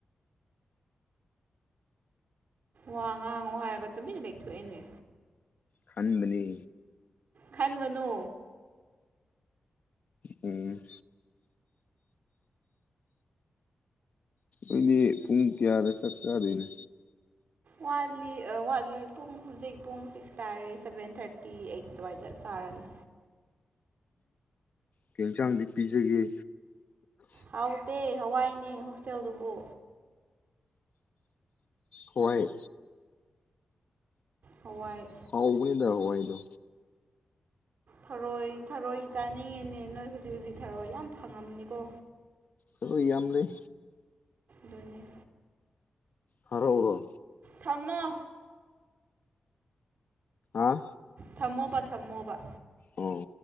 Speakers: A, on the right; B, on the left.
A: ꯋꯥ ꯉꯥꯡꯉꯨ ꯍꯥꯏꯔꯒ ꯇꯨꯃꯤꯟꯅ ꯂꯩꯦꯛꯊꯣꯛꯑꯦꯅꯦ
B: ꯈꯟꯕꯅꯤ
A: ꯈꯟꯒꯅꯨ
B: ꯎꯝ ꯑꯩꯗꯤ ꯄꯨꯡ ꯀꯌꯥꯗ ꯆꯠ ꯆꯥꯗꯣꯏꯅꯦ
A: ꯋꯥꯠꯂꯤ ꯋꯥꯠꯂꯦ ꯄꯨꯡ ꯍꯧꯨꯖꯤꯛ ꯄꯨꯡ ꯁꯤꯛꯁ ꯇꯥꯔꯦ ꯁꯚꯦꯟ ꯊꯥꯔꯇꯤ ꯑꯩ ꯑꯗꯨꯋꯥꯏꯗ ꯆꯥ ꯀꯔꯅꯤ
B: ꯇꯤꯟꯁꯥꯡꯗꯤ ꯄꯤꯖꯒꯦ
A: ꯍꯥꯎꯇꯦ ꯍꯋꯥꯏꯅꯦ ꯍꯣꯁꯇꯦꯜꯗꯨꯕꯨ
B: ꯍꯣꯏ
A: ꯍꯋꯥꯏ
B: ꯍꯥꯎ ꯎꯕꯅꯤꯗ ꯍꯋꯥꯏꯗꯣ
A: ꯊꯔꯣꯏ ꯊꯔꯣꯏ ꯆꯥꯅꯤꯡꯉꯤꯅꯦ ꯅꯣꯏ ꯍꯧꯖꯤꯛ ꯍꯧꯖꯤꯛ ꯊꯔꯣꯏ ꯌꯥꯝ ꯐꯪꯉꯝꯅꯤꯀꯣ
B: ꯁꯣꯏꯌꯥꯝ ꯂꯩ
A: ꯗꯨꯅꯦ
B: ꯍꯥꯔꯥꯎ ꯑꯣꯏꯔꯑꯣ
A: ꯊꯝꯃꯣ
B: ꯍꯥꯥ
A: ꯊꯝꯃꯣꯕ ꯊꯝꯃꯣꯕ
B: ꯑꯣ